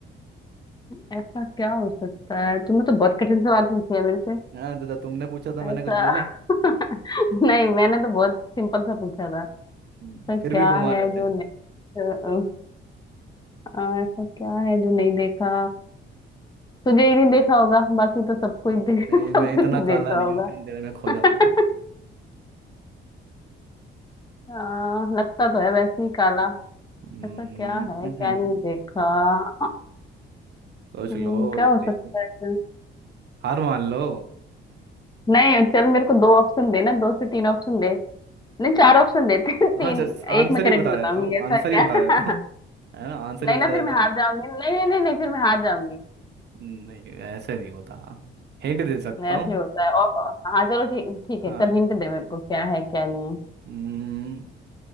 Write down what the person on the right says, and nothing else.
हाँ दादा तुमने पूछा था
मैंने कुछ बोला
हम्म,
फिर
भी घुमा
रहे
थे
हम्म,
नहीं
मैं इतना
काला नहीं
हूँ कि अंधेरे में खो
जाऊंगा
हम्म,
हम्म,
सोच
लो
जल्दी
हार मान लो
अच्छा आंसर
ही बता
देता हूँ
आंसर
ही
बता देता
हूँ है ना आंसर
ही बता
देता
हूँ
हम्म, नहीं ऐसे नहीं होता हिंट दे सकता
हूँ
हाँ
हम्म,